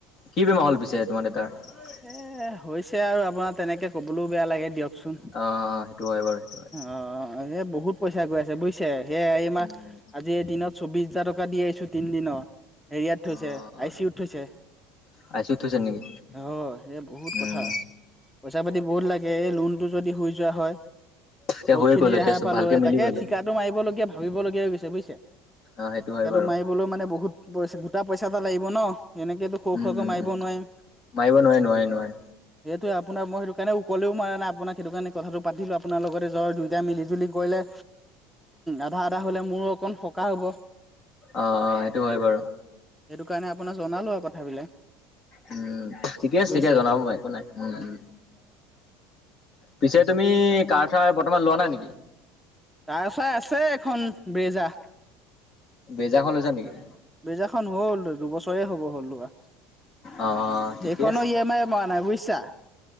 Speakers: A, on the left; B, in the centre.
A: কি বেমাৰ হ'ল পিছে তোমাৰ দেউতাৰ?
B: এ হৈছে আৰু আপোনাৰ তেনেকে ক'বলৈও বেয়া লাগে দিয়ক। চোন
A: অ' সেইটো হয় বাৰু সেইটো হয়।
B: অঁ অৰে বহুত পইচা গৈ আছে বুজিছে, সেয়া ই এ মাহ
A: উম,
B: আজি এদিনত চৌবিশ হাজাৰ টকা দি আহিছো, তিনি দিনৰ হেৰিয়াত থৈছে
A: অ'
B: আই চি ইউত থৈছে।
A: আই চি ইউত থৈছে নেকি?
B: অঁ, সে বহুত
A: উম,
B: কথা, পইচা পাতি বহুত লাগে এ লোন তো যদি হৈ যোৱা হয়,
A: এতিয়া
B: বহুত
A: হৈয়ে
B: খিনি
A: গ'ল এতিয়া
B: ৰেহাই
A: চব
B: পালো
A: ভালকে
B: হয়
A: মিলি
B: তাকে
A: গ'ল।
B: ঠিকাটো মাৰিব লগীয়া ভা ভাবিব লগীয়া হৈ গৈছে বুজিছে,
A: অ' সেইটো হয়
B: এটো
A: বাৰু।
B: মাৰিবলৈও মানে বহুত পইচা, গোটা পইচা এটা লাগিব ন'? এনেকেটো সৰু
A: উম,
B: সুৰাকে
A: উম,
B: মাৰিব
A: উম,
B: নোৱাৰিম।
A: মাৰিব নোৱাৰে নোৱাৰে নোৱাৰে।
B: সেইটোৱে আপোনাক মই সেইটো কাৰণে ওকলেও মাৰা নাই আপোনাক সেইটো কাৰণে কথাটো পাতিলো আপোনাৰ লগতে জ্বৰ দুইটা মিল জুলি কৰিলে আধা, আধা হ'লে মোৰো অকণ সকাহ হ'ব
A: অ', এইটো হয়, বাৰু
B: সেইটো কাৰণে আপোনাক জনালোঁ আৰু কথাবিলাক।
A: উম, ঠিকে আছে
B: বুজিছে
A: <unintelligible> একো নাই উম, উম। পিছে তুমি কাৰ, চাৰ বৰ্তমান লোৱা নাই নি
B: কাৰ, চাৰ আছে এখন ব্ৰেজা
A: ব্ৰেজাখন লৈছা নেকি?
B: ব্ৰেজাখন হ'ল দুবছৰে হ'ব হ'ল লোৱা।
A: অ', ঠিকে
B: সেইখনৰ
A: আছে
B: ই এম আই মাৰা নাই বুইছা।